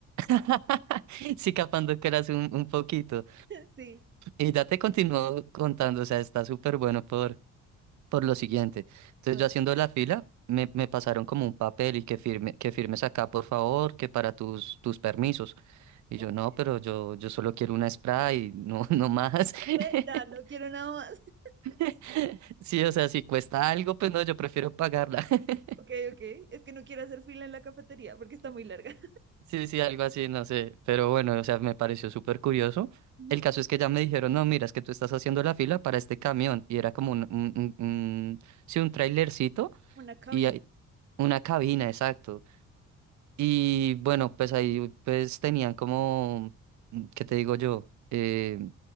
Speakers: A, on the right; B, on the right.
A: <laughs> Sí, capando que eras un, un poquito.
B: <laughs> Sí,
A: Y ya te continúo contando, o sea, está súper bueno por, por lo siguiente. Entonces
B: a ver,
A: yo haciendo la fila, me, me pasaron como un papel y que firme, que firmes acá, por favor, que para tus, tus permisos. Y
B: ok.
A: yo, no, pero yo, yo solo quiero una spray, no, no más. <laughs>
B: No sé, ya no quiero nada más. <laughs>
A: <laughs> Sí, o sea, si cuesta algo, pues no, yo prefiero pagarla. <laughs>
B: Ok, ok, es que no quiero hacer fila en la cafetería porque está muy larga.
A: Sí, sí, algo así, no sé. Pero bueno, o sea, me pareció súper curioso.
B: <laughs> Ujú.
A: El caso es que ya me dijeron, no, mira, es que tú estás haciendo la fila para este camión. Y era como un, un, un- un- sí, un trailercito
B: Una cabina.
A: y hay- una cabina, exacto. Y bueno, pues ahí pues tenían como, mm, ¿qué te digo yo? Eh,